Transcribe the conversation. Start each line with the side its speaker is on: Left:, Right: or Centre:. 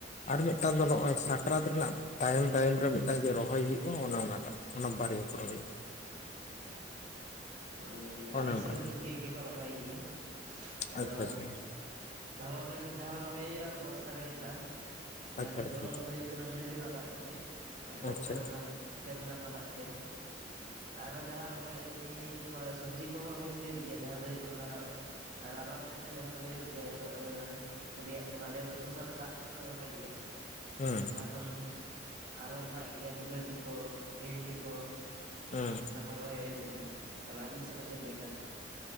Left: ᱟᱨ ᱢᱤᱫᱴᱟᱝ ᱫᱚ ᱱᱚᱜᱼᱚᱭ ᱥᱟᱠᱨᱟᱛ ᱨᱮᱱᱟᱜ ᱛᱟᱭᱚᱢ ᱛᱟᱭᱚᱢ ᱨᱮ ᱢᱤᱫᱴᱟᱝ ᱡᱮ ᱨᱚᱦᱚᱭ ᱦᱩᱭᱩᱜᱼᱟ ᱚᱱᱟ ᱚᱱᱟᱴᱟᱜ ᱚᱱᱟ ᱵᱟᱨᱭᱟᱹ ᱠᱚ ᱨᱚᱦᱚᱭᱼᱟ᱾
Right: ᱦᱳᱭ ᱦᱳᱭ ᱟᱞᱤᱧ
Left: ᱚᱱᱮ ᱚᱱᱠᱟ
Right: ᱥᱮᱫ ᱫᱚ ᱱᱤᱝᱠᱟᱹ ᱜᱮᱠᱚ ᱨᱚᱦᱚᱭ ᱜᱮᱭᱟ᱾ ᱟᱫᱚ
Left: ᱟᱪᱪᱷᱟ ᱟᱪᱪᱷᱟ
Right: ᱫᱷᱚᱨᱚᱱ ᱨᱮ ᱢᱤᱫ ᱫᱷᱟᱣ ᱨᱚᱦᱚᱭ ᱦᱩᱭᱩᱜᱼᱟ ᱟᱨ ᱵᱚᱨᱥᱟ ᱨᱮ ᱢᱤᱫ ᱫᱷᱟᱣ᱾ ᱡᱟᱦᱟᱸ
Left: ᱟᱪᱪᱷᱟ
Right: ᱫᱚ ᱫᱷᱚᱨᱚᱱ
Left: ᱟᱪᱪᱷᱟ
Right: ᱨᱮᱫᱚ ᱦᱩᱭᱩᱜ ᱠᱟᱱᱟ ᱢᱤᱱᱤ ᱨᱮᱱᱟᱜ ᱫᱟᱜ ᱠᱚᱛᱮ᱾ ᱟᱨ ᱵᱚᱨᱥᱟ
Left: ᱟᱪᱪᱷᱟ
Right: ᱨᱮᱢᱟ ᱥᱮᱨᱢᱟ ᱨᱮᱱᱟᱜ ᱫᱟᱜ ᱛᱮ᱾ ᱟᱨᱚ ᱡᱟᱦᱟᱸ ᱨᱚᱦᱚᱭ ᱮᱢᱱᱤ ᱥᱚᱵᱽᱡᱤ ᱠᱚᱦᱚᱸ ᱨᱚᱦᱚᱭ ᱦᱩᱭᱩᱜ ᱜᱮᱭᱟ᱾ ᱡᱟᱦᱟᱸ ᱫᱚ ᱦᱩᱭᱩᱜ ᱠᱟᱱᱟ ᱨᱟᱵᱟᱝ ᱫᱤᱱ ᱨᱮ ᱡᱟᱦᱟᱸ ᱫᱚ ᱦᱩᱭᱩᱜ ᱜᱮᱭᱟ᱾ ᱡᱟᱦᱟᱸ ᱫᱚ ᱟᱸ ᱠᱚᱞᱤᱭᱟᱜ ᱠᱟᱱᱟ ᱞᱮ, ᱟᱞᱮ ᱫᱚ ᱥᱚᱥᱟᱞᱮ ᱫᱟᱜ ᱥᱚᱥᱟᱞᱮ ᱨᱚᱦᱚᱭ ᱜᱮᱭᱟ᱾
Left: ᱦᱩᱸ
Right: ᱚᱱᱟ ᱠᱷᱚᱱ ᱟᱨᱦᱚᱸ ᱢᱮᱱᱟᱜ ᱜᱮᱭᱟ ᱵᱤᱞᱟᱹᱛᱤ ᱠᱚ ᱵᱷᱮᱱᱰᱤ ᱠᱚ᱾
Left: ᱦᱩᱸ᱾
Right: ᱚᱱᱟ ᱠᱚ ᱨᱚᱦᱚᱭ ᱦᱩᱭᱩᱜ ᱜᱮᱭᱟ᱾ ᱛᱟᱦᱚᱞᱮ ᱟᱵᱤᱱ ᱥᱮᱫ ᱫᱚ ᱪᱮᱫ ᱞᱮᱠᱟ?